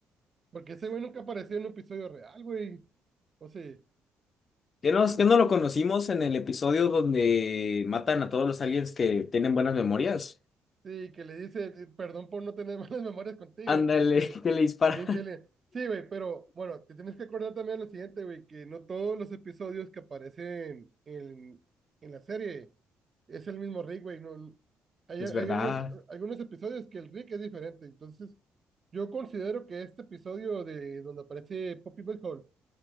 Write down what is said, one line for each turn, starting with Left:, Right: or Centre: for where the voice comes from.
Right: Porque ese güey nunca apareció en un episodio real, güey. O sea,
Left: ¿Qué no qué no lo conocimos en el episodio donde matan a todos los aliens que tienen buenas memorias?
Right: sí, que le dice, eh, perdón por no tener <laughs> malas memorias contigo,
Left: Ándale,
Right: pinche.
Left: <laughs> que le dispara.
Right: Bien chile. Sí, güey, pero bueno, te tienes que acordar también lo siguiente, güey, que no todos los episodios que aparecen en, en la serie es el mismo Rick, güey. No, hay,
Left: Es
Right: hay
Left: verdad,
Right: algunos, algunos episodios que el Rick es diferente. Entonces, yo considero que este episodio de donde aparece Poppy Hall